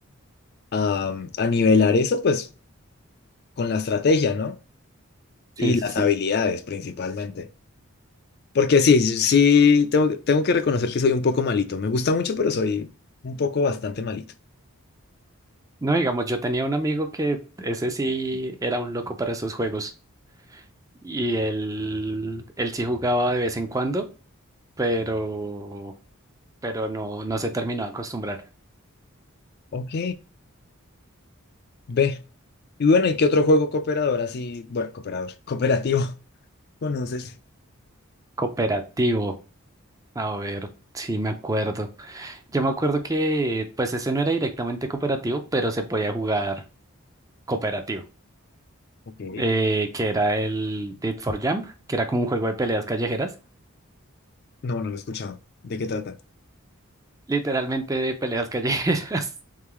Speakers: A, on the left (about 45°); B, on the right (about 15°).
A: a, mm, a nivelar eso pues con la estrategia, ¿no?
B: Sí,
A: Y
B: sí,
A: las
B: sí.
A: habilidades principalmente. Porque sí, sí, tengo, que- tengo que reconocer que soy un poco malito. Me gusta mucho, pero soy un poco bastante malito.
B: No, digamos, yo tenía un amigo que ese sí era un loco para esos juegos. y él, él sí jugaba de vez en cuando, pero, pero no, no se terminó de acostumbrar.
A: Ok, ve. Y bueno, ¿y qué otro juego cooperador así? Bueno, cooperador, cooperativo. <laughs> ¿Conoces?
B: Cooperativo, a ver, sí me acuerdo. Yo me acuerdo que pues ese no era directamente cooperativo, pero se podía jugar cooperativo,
A: Ok.
B: eh, que era el Dead for Jump, que era como un juego de peleas callejeras,
A: No, no lo he escuchado. ¿De qué trata?
B: literalmente de peleas callejeras.